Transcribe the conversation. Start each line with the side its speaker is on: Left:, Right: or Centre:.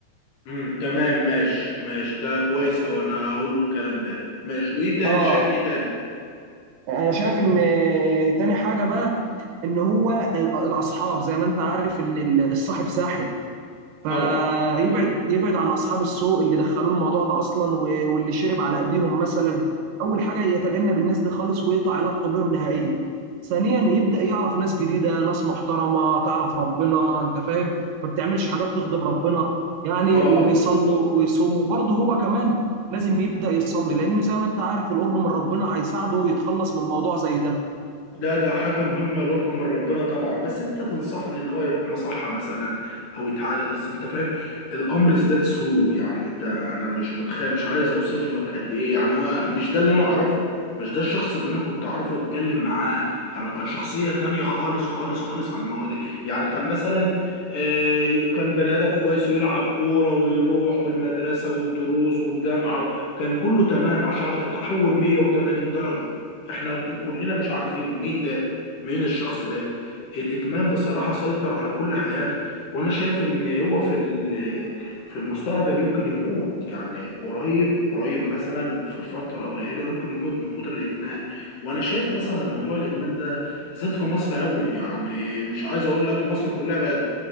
Left: امم تمام ماشي ماشي ده كويس أو أنا هقول له الكلام ده ماشي وإيه تاني
Right: اه
Left: شايف إيه تاني؟
Right: انا شايف ان تاني حاجه بقى ان هو الاصحاب زي ما انت عارف ان الصاحب ساحب فيبعد
Left: طبعا طبعا
Right: يبعد عن اصحاب السوء اللي دخلوه الموضوع ده اصلا و- واللي شرب على ايديهم مثلا اول حاجه يتجنب الناس دي خالص ويقطع علاقته بهم نهائيا ثانيا يبدا يعرف ناس جديده ناس محترمه تعرف ربنا انت فاهم ما بتعملش حاجات تغضب ربنا يعني
Left: آه
Right: وبيصلوا ويصوموا وبرضه هو كمان لازم يبدا يصلي لان زي ما انت عارف القرب من ربنا هيساعده يتخلص من موضوع زي ده
Left: ده ده حاجة مهمة القرب من ربنا طبعا بس انت تنصحني ان هو يروح مصحة مثلا او يتعالج اصل انت فاهم الامر ازداد سوء يعني انت انا مش متخيل مش عايز اوصف لك قد ايه يعني هو مش ده اللي انا اعرفه مش ده الشخص اللي انا كنت اعرفه واتكلم معاه يعني كان شخصية تانية خالص خالص خالص على المواد يعني كان مثلا آه، كان بني ادم كويس ويلعب كورة ويروح والمدرسة والدروس والجامعة كان كله تمام 10 تحول 180 درجة احنا كلنا مش عارفينه مين ده مين الشخص ده الادمان بصراحه سيطر على كل حياته وانا شايف ان هو في ال- في المستقبل يمكن يموت يعني قريب قريب مثلا في فتره قليله يمكن يموت من كتر الادمان وانا شايف مثلا موضوع الادمان ده بالذات في مصر قوي يعني مش عايز اقول لك مصر كلها بقت